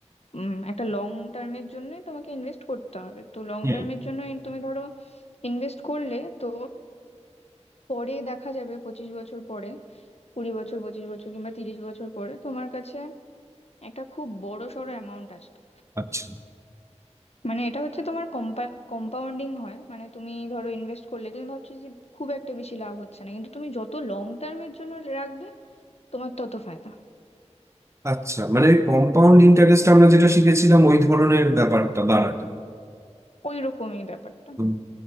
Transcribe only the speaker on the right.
হুম
আচ্ছা
আচ্ছা মানে কম্পাউন্ড ইন্টারেস্ট আমরা যেটা শিখেছিলাম ওই ধরনের ব্যাপারটা বাড়াটা
হুম।